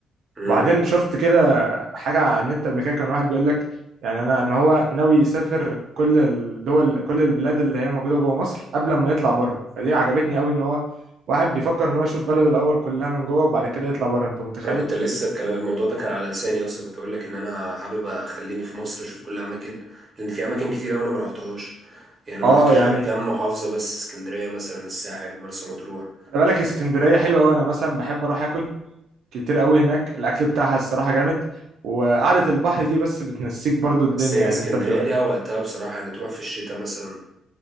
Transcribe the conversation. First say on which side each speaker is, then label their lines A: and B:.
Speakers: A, on the right; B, on the right.
A: مم.
B: وبعدين شفت كده حاجه على النت قبل كده كان واحد بيقول لك يعني انا ان هو ناوي يسافر كل الدول كل البلاد اللي هي موجوده جوه مصر قبل ما يطلع بره فدي عجبتني قوي ان هو واحد بيفكر ان هو يشوف بلده الاول كلها من جوه وبعد كده يطلع بره انت متخيل
A: انا كنت لسه الكلام الموضوع ده كان على لساني اصلا كنت اقول لك ان انا حابب اخليني في مصر اشوف كل اماكن لان في اماكن كتير أوي انا ما رحتهاش يعني ما
B: اه
A: رحتش
B: يعني
A: غير كام محافظه بس اسكندريه مثلا الساحل مرسى مطروح
B: خلي بالك اسكندريه حلوه قوي انا مثلا بحب اروح اكل كتير قوي هناك الاكل بتاعها الصراحه جامد وقعده البحر دي بس بتنسيك برضو الدنيا
A: بس هي
B: يعني
A: اسكندريه
B: انت بتبقى
A: ليها وقتها بصراحه يعني تروح في الشتاء مثلا